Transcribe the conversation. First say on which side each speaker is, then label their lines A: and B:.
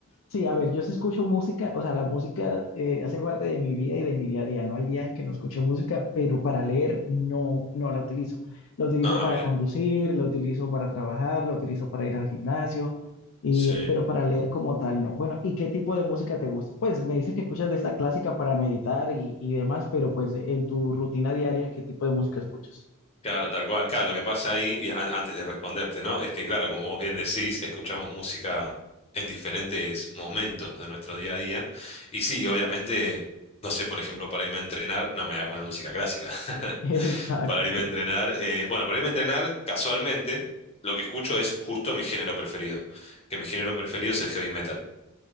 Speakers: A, on the left; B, on the left.
A: sí, a ver, yo sí escucho música, o sea, la música eh, hace parte de mi vida y de mi día a día. No hay día en que no escuche música, pero para leer no, no la utilizo. La utilizo
B: Ah,
A: para
B: bien.
A: conducir, la utilizo para trabajar, la utilizo para ir al gimnasio, y,
B: Sí.
A: pero para leer como tal no. Bueno, ¿y qué tipo de música te gusta? Pues me dices que escuchas de esta clásica para meditar y, y demás, pero pues en tu rutina diaria, ¿qué tipo de música escuchas?
B: Claro, tal cual. Claro, lo que pasa ahí, y an- antes de responderte, ¿no? Es que, claro, como vos bien decís, escuchamos música en diferentes momentos de nuestro día a día. Y sí, obviamente, no sé, por ejemplo, para irme a entrenar, no me voy a poner música clásica. <laughs>
A: <laughs> Exacto.
B: Para irme a entrenar, eh, bueno, para irme a entrenar, casualmente, lo que escucho es justo mi género preferido. Que mi género preferido es el heavy metal